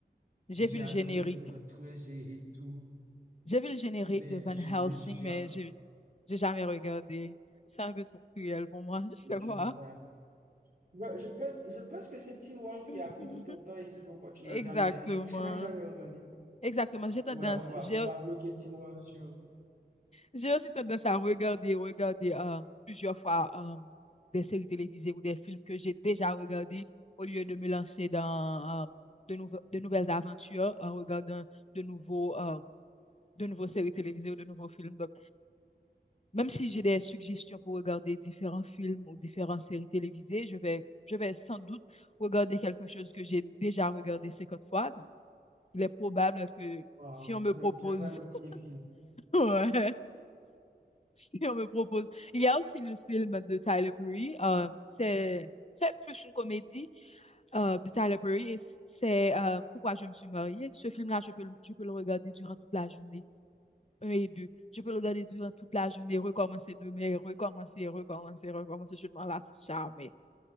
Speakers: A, on the left; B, on the right.
A: j'ai
B: j'ai
A: vu le
B: adoré
A: générique.
B: le plot twist et, et tout.
A: J'ai vu le générique
B: Ben,
A: de Van
B: je,
A: Helsing,
B: je suggère,
A: mais j'ai j'ai jamais regardé. C'est un peu trop cruel pour moi, <laughs> je sais
B: tu
A: pas.
B: devrais Ouais, je pense, je pense que c'est Teen Wolf
A: <laughs>
B: qui a pris tout ton temps et c'est pourquoi tu n'as
A: Exactement.
B: jamais, <laughs> tu n'as jamais regardé.
A: Exactement. J'ai tendance,
B: Ouais, on va,
A: j'ai,
B: on va bloquer Teen Wolf sur.
A: j'ai aussi tendance à regarder, regarder euh, plusieurs fois euh, des séries télévisées ou des films que j'ai déjà regardés au lieu de me lancer dans euh, de nouve- de nouvelles aventures en regardant de nouveaux, euh, de nouveaux séries télévisées ou de nouveaux films. Donc, Même si j'ai des suggestions pour regarder différents films ou différentes séries télévisées, je vais, je vais sans doute regarder quelque chose que j'ai déjà regardé 50 fois. Donc, il est probable que
B: Wow.
A: si on me
B: Donc,
A: propose,
B: tu es vraiment cinéphile.
A: <laughs> ouais, si on me propose. Il y a aussi le film de Tyler Perry. euh, c'est, c'est plus une comédie euh, de Tyler Perry et c'est euh, Pourquoi je me suis mariée. Ce film-là, je peux, le- je peux le regarder durant toute la journée. un et deux Je peux le regarder durant toute la journée, recommencer demain, recommencer, recommencer, recommencer. Je ne m'en lasse jamais.